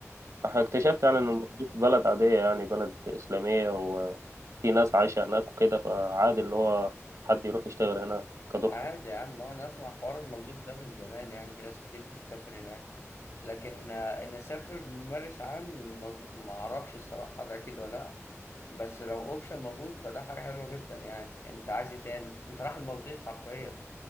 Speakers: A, on the right (about 70°); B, on the left (about 60°).
A: فاكتشفت يعني ان المالديف بلد عادية يعني بلد اسلامية وفي ناس عايشة هناك وكده فعادي اللي هو حد يروح يشتغل هناك كدكتور
B: عادي يا عم هو انا اسمع حوار المالديف ده من زمان يعني في ناس كتير بتسافر هناك لكن آه، ان اسافر ممارس عام ما ما اعرفش الصراحه ده كده ولا لا بس لو اوبشن موجود فده حاجه حلوه جدا يعني انت عايز ايه تاني انت رايح المالديف حرفيا